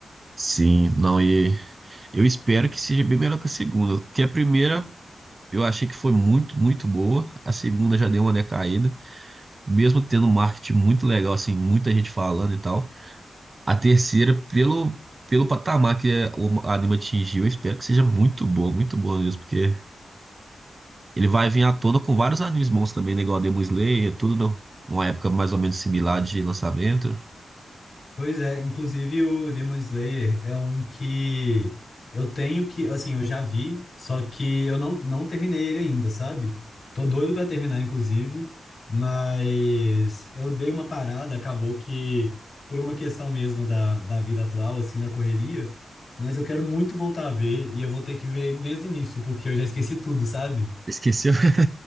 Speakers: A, on the right (about 25°); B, on the left (about 45°).
A: Sim, não, e eu espero que seja bem melhor que a segunda, porque a primeira eu achei que foi muito, muito boa, a segunda já deu uma decaída, mesmo tendo um marketing muito legal, assim, muita gente falando e tal. A terceira, pelo, pelo patamar que é- o anime atingiu, eu espero que seja muito boa, muito boa mesmo, porque ele vai vir à tona com vários animes bons também, né? Igual a Demon Slayer, tudo no- numa época mais ou menos similar de lançamento.
B: Pois é, inclusive o Demon Slayer é um que eu tenho que, assim, eu já vi, só que eu não, não terminei ele ainda, sabe? Tô doido pra terminar, inclusive, mas eu dei uma parada, acabou que por uma questão mesmo da, da vida atual, assim, na correria, mas eu quero muito voltar a ver e eu vou ter que ver ele desde o início, porque eu já esqueci tudo, sabe?
A: Esqueceu? <laughs>